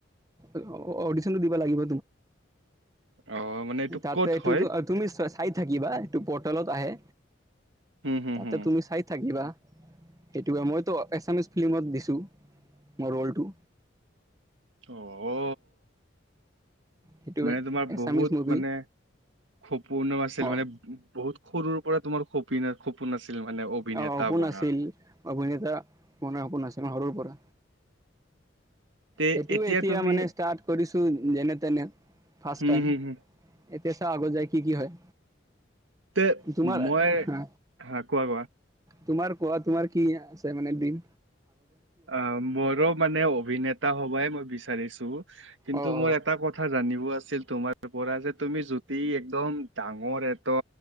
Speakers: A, on the right (about 20°); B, on the right (about 80°).
A: অ', অডিশ্যনটো দিব লাগিব।
B: অ মানে এইটো
A: তাতে
B: ক'ত
A: এটোতো
B: হয়
A: তুমি চাই থাকিবা এটো কত তলত আহে
B: হুম হুম
A: তাতে
B: হুম
A: তুমি চাই থাকিবা সেইটোৱে মইতো এছামিছ ফিল্মত দিছোঁ মোৰ ৰ'লটো
B: অ অ
A: সেইটোৱে
B: মানে তোমাৰ
A: এছামিছ
B: বহুত
A: মুভি
B: মানে সপোন আাছিল
A: অ'
B: মানে বহুত সৰুৰ পৰা তোমাৰ সপোন সপোন আছিল মানে অভিনেতা
A: অ সপোন
B: বনা
A: আছিল অভিনেতা মান সপোন আছিল সৰুৰ পৰা
B: তে
A: সেইটোও এতিয়া
B: তুমি
A: মানে ষ্টাৰ্ট কৰিছো যেনে তেনে ফাৰ্ষ্ট
B: হম
A: টাইম
B: হম হম
A: এতিয়া চাও আগত যায় কি কি হয়
B: তে
A: তোমাৰ
B: মই
A: হা
B: হাঁ কোৱা কোৱা
A: তোমাৰ কোৱা তোমাৰ কি আছে মানে বিম
B: অ মোৰো মানে অভিনেতা সবাই মই বিচাৰিছো কিন্তু
A: অ
B: মোৰ
A: অ
B: এটা কথা জানিব আছিল তোমাৰ পৰা যে তুমি যতি একদম ডাঙৰ এটা